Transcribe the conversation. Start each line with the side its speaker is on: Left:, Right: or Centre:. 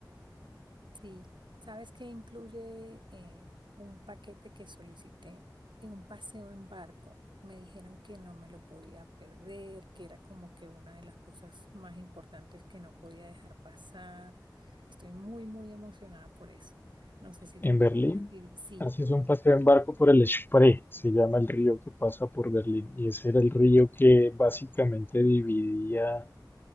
Right: Sí, sabes que incluye eh, un paquete que solicité en un paseo en barco. Me dijeron que no me lo podía perder, que era como que una de las cosas más importantes que no podía dejar pasar. Estoy muy, muy emocionada por eso. No sé si tú...
Left: En
Right: también
Left: Berlín,
Right: has vivi- Sí,
Left: haces un
Right: sí.
Left: paseo en barco por el Spree, se llama el río que pasa por Berlín. Y ese era el río que básicamente dividía